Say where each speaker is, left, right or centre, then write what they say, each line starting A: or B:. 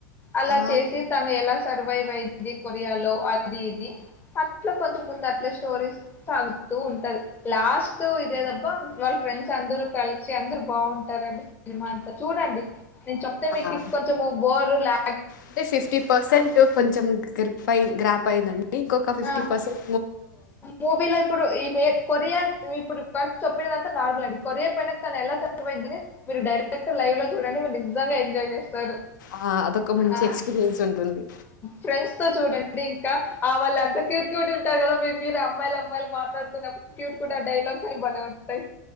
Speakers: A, on the left; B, on the left.
A: అలా
B: ఆ,
A: చేసి తను ఎలా సర్వైవ్ అయిది కొరియాలో అది ఇది అట్లే కొంత ముందు అట్లా స్టోరీ సాగుతూ ఉంట లాస్ట్ ఇదేదబ్బా వాళ్ళ ఫ్రెండ్స్ అందరూ కలిసి అందరు బాగుంటారండి సినిమా అంతా చూడండి నేను చెప్తే మీకు
B: ఆ,
A: కొంచెం బోరు లా
B: అంటే ఫిఫ్టీ పర్సెంట్ కొంచెం గప్యి గ్రాప్ అయిందండి ఇంకొక ఫిఫ్టీ
A: ఆ
B: పర్సెంట్
A: మూవీలో ఇప్పుడు ఈ మే కొరియా ఇప్పుడు వరకు చెప్పినదంతా నార్మల్ అండి కొరియా పోయినాక తను ఎలా సర్వైవ్ అయిందని మీరు డైరెక్ట్ లైవ్ లో చూడండి మీరు నిజంగా ఎంజాయ్ చేస్తారు
B: ఆ! అదొక మంచి
A: ఆ
B: ఎక్స్‌పీరియన్స్ ఉంటుంది.
A: ఫ్రెండ్స్ తో చూడండి ఇంకా వాళ్ళ ఎంత క్యూట్ క్యూట్ ఉంటారు కదా మీరు మీరు అమ్మాయిలు అమ్మాయిలు మాట్లాడుతున్నప్పుడు క్యూట్ కుఢ డైలాగ్స్ అన్ని భలే ఉంటయి